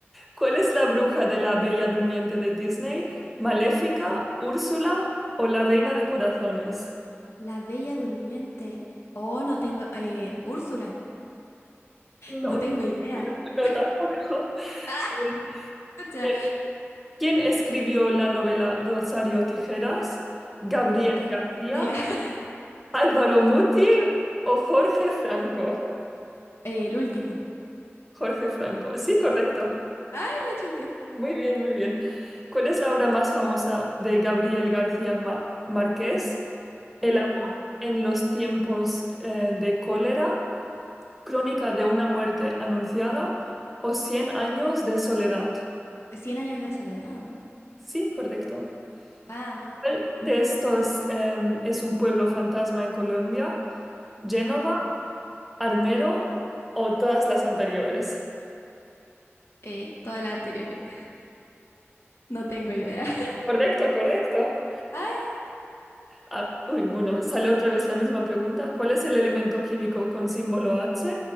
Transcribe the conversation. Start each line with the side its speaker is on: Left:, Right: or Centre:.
Centre: ¿cuál es la bruja de la Bella Durmiente de Disney? ¿Maléfica, Úrsula o la Reina de Corazones?
Left: La Bella Durmiente. Oh, no tengo. Eh, Úrsula.
Centre: No,
Left: No tengo idea.
Centre: <laughs> no,
Left: <laughs>
Centre: no, tampoco. <laughs>
Left: Ah,
Centre: A
Left: chucha.
Centre: ver, ¿Quién escribió la novela Rosario Tijeras? ¿Gabriel
Left: No tengo
Centre: García?
Left: idea. <laughs>
Centre: Álvaro Muti o Jorge Franco.
Left: El último.
Centre: Jorge Franco. Sí, correcto.
Left: Ay, la chunté.
Centre: Muy bien, muy bien. ¿Cuál es la obra más famosa de Gabriel García Ma- Márquez? El
Left: Uh,
Centre: amor en los tiempos eh, de cólera, Crónica de una muerte anunciada o Cien años de soledad.
Left: Cien años de soledad, ¿o no?
Centre: Sí, correcto.
Left: Vamos.
Centre: ¿Cuál de estos em, es un pueblo fantasma en Colombia? ¿Génova, Armero o todas las anteriores?
Left: Eh, todas las anteriores. <laughs> No tengo idea. <laughs>
Centre: Correcto, correcto.
Left: Ah,
Centre: Ah, uy, bueno, sale otra vez la misma pregunta. ¿Cuál es el elemento químico con símbolo H?